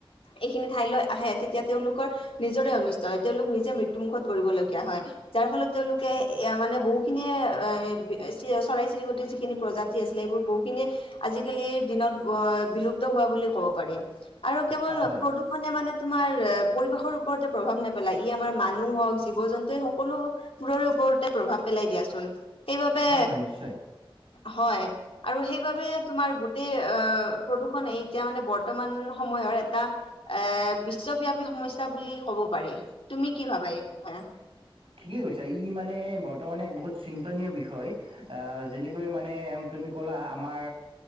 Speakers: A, on the left; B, on the right.
A: এইখিনি ঠাইলৈ আহে তেতিয়া তেওঁলোকৰ নিজৰে অন তেওঁলোক নিজে মৃত্যু মুুখত পৰিবলগীয়া হয় যাৰ ফলত তেওঁলোকে এ মানে বহুখিনিয়ে, এ চ চৰাই চিৰিকটিৰ যিখিনি প্ৰজাতি আছিলে এইবোৰ বহুখিনিয়ে আজিকালিৰ দিনত বিলুপ্ত হোৱা বুলি ক'ব পাৰি আৰু কেৱল
B: হয় হয়
A: প্ৰদূষণে মানে তোমাৰ পৰিবেশৰ ওপৰতে প্ৰভাৱ নেপেলায়, ই আমাৰ মানুহ হওক, জীৱ জন্তু সকলোবোৰৰে ওপৰতে প্ৰভাৱ পেলাই দিয়াচোন। সেইবাবে
B: হয় হয়, নিশ্চয়
A: হয়, আৰু সেইবাবে তোমাৰ গোটেই অ প্ৰদূষণে এতিয়া মানে বৰ্তমান সময়ত ধৰ এটা, এ বিশ্বব্যাপী সমস্যা বুলি ক'ব পাৰি। তুমি কি ভাবা এই বিষয়ে?
B: ঠিকেই কৈছে ই মানে বৰ্তমানে এক বহুত চিন্তনীয় বিষয় আহ যেনেকৈ মানে তুমি ক'লা আমাৰ